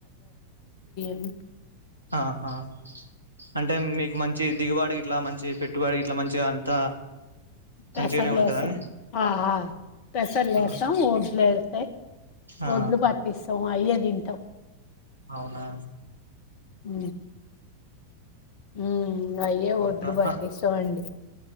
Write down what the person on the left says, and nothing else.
అ
పెసర్లు
వసం ఆ పెసర్లు
వేసం ఒడ్లు వేసయి
ఒడ్లు పట్టిస్తాం అయ్యె తింట టం
అ హ్మ్ అయ్యే
ఒడ్లు పట్టస్తాం
అండి